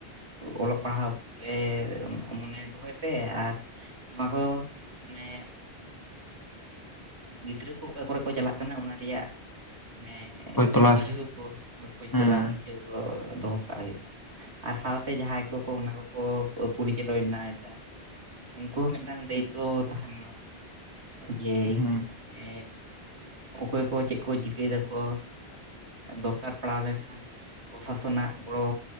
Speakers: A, on the right; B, on the left.
A: ᱚᱞᱚᱜ ᱯᱟᱲᱦᱟᱣ ᱨᱮ ᱢᱚᱱᱮ ᱫᱚᱦᱚᱭ ᱯᱮ ᱟᱨ ᱱᱚᱣᱟ ᱠᱚ ᱢᱟᱱᱮ᱾ ᱜᱤᱫᱽᱨᱟᱹ ᱠᱚ ᱚᱠᱟ ᱠᱚᱨᱮ ᱠᱚ ᱪᱟᱞᱟᱜ ᱠᱟᱱᱟ ᱚᱱᱟ ᱨᱮᱭᱟᱜ ᱢᱟᱱᱮ
B: ᱚᱠᱚᱭ ᱛᱚᱞᱟᱥ
A: ᱵᱩᱡᱷᱟᱹᱣ ᱠᱚ ᱠᱷᱚᱡ
B: ᱦᱮᱸ
A: ᱛᱚᱞᱟᱥ ᱵᱩᱡᱷᱟᱹᱣ᱾ ᱫᱚᱦᱚ ᱠᱟᱜ ᱦᱩᱭᱩᱜ-ᱟ᱾ ᱟᱨ ᱥᱟᱶ ᱛᱮ ᱡᱟᱦᱟᱸᱭ ᱠᱚ ᱠᱚ ᱚᱱᱟ ᱠᱚ᱾ ᱠᱚ <unintelligible> ᱩᱱᱠᱩ ᱦᱚᱸ ᱢᱤᱫ ᱴᱟᱝ ᱫᱟᱭᱤᱛᱛᱚ ᱛᱟᱦᱮᱱ ᱢᱟ᱾ ᱡᱮ
B: ᱦᱮᱸ
A: ᱮᱻ ᱚᱠᱚᱭ ᱠᱚ ᱪᱮᱫ ᱠᱚ ᱪᱤᱠᱟᱹᱭ ᱫᱟ ᱠᱚ ᱫᱚᱨᱠᱟᱨ ᱯᱟᱲᱟᱣ ᱞᱮᱱ ᱠᱷᱟᱱ ᱯᱨᱚᱥᱟ ᱥᱚᱱᱟᱜ ᱜᱚᱲᱚ